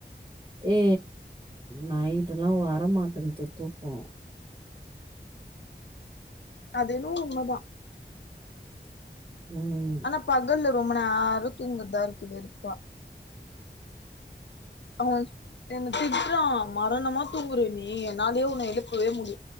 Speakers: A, on the right (about 30°); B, on the left (about 75°).
A: ஏ நைட்டு எல்லா வரமாட்டன்து தூக்கம்
B: அது என்னவோ உண்ம தா
A: ம்
B: நா பகல்ல ரொம்ப நேரோ தூங்குறதா இருக்கு வெறுப்பா அவ என்ன திட்றான் மரணமா தூங்குற நீ என்னாலயே உன்ன எழுப்பவே முடி